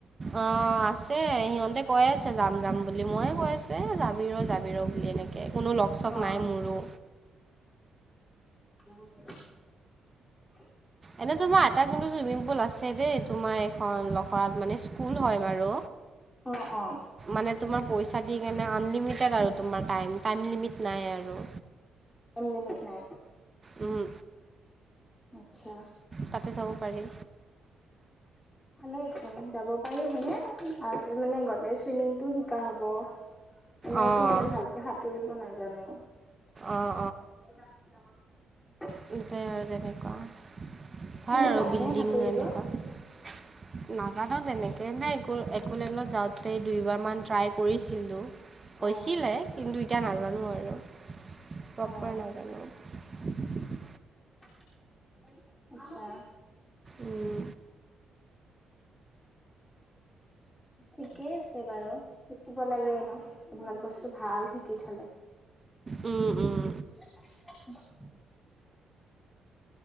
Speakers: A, on the right; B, on the left.
A: অ' আছে। সিহঁতে কৈ আছে যাম যাম বুলি। বুলি ময়ে কৈ আছোঁ, এ যাবি ৰ' যাবি ৰ' বুলি এনেকে। কোনো লগ চগ
B: অ
A: নাই মোৰো।
B: <unintelligible>
A: এনে তোমাৰ, এটা কিন্তু চুইমিং পুল আছে দেই। তোমাৰ লখৰাত মানে, স্কুল হয় বাৰু।
B: অ অ
A: মানে তোমাৰ, পইচা দি কেনে, আনলিমিটেড আৰু তোমাৰ টাইম। টাইম লিমিট নাই আৰু।
B: টাইম লিমিট নাই।
A: উম
B: আচ্ছা।
A: তাতে যাব পাৰি
B: ভালেই চুন। যাব পাৰি হয়নে, আৰু টো মানে গ'লে ছুইমিংটো শিকা হ'ব। এনেওটো
A: অঁ
B: মই ভালকে সাঁতুৰিব নাজানো। <inaudible>
A: অঁ দিছে আৰু তেনেকুৱা। হয়
B: তুমি
A: আৰু
B: জানানে
A: বিল্ডিং
B: সাঁতুৰিব
A: এনেকুৱা। না ইমানো তেনেকে নাই একো, একুলেণ্ডত যাওঁতে তেই দুইবাৰমান ট্ৰাই কৰিছিলোঁ। হৈছিলে,
B: অ
A: কিন্তু এতিয়া নাজানো আৰু প্ৰপাৰ
B: অ
A: নাজানো।
B: <inaudible> আচ্ছা।
A: উম,
B: ঠিকেই আছে বাৰু, শিকিব লাগে এনেও। এইবিলাক বস্তু ভাল শিকি থলে। <inaudible>
A: উম, উম।
B: <unintelligible>